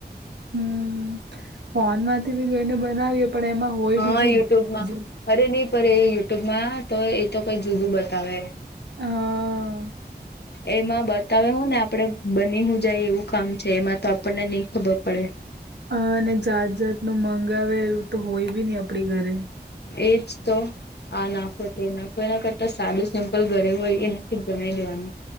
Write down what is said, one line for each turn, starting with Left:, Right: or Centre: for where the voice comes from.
Right: હમ્મ ફોનમાંથી બી જોઈને બનાવીએ પણ એમાં હોય
Left: હા
Right: બીજું
Left: યુટ્યુબમાં
Right: બીજું.
Left: અરે ની પર એ યુટ્યુબમાં તો એ તો કઈ જુદું બતાવે
Right: હા
Left: એમાં બતાવે હુ ને આપ આપડે બની હું જાય એવું કામ છે, એમાં તો આપણને ની ખબર પડે
Right: અ ને જાત જાત નું મગાવે એવું તો હોય બી ની આપડી ઘરે
Left: એજ તો આ નાખો તે નાખો, એના કરતા સાડું સિમ્પલ ઘરે હોય એનાથી બનાવી દેવાનુ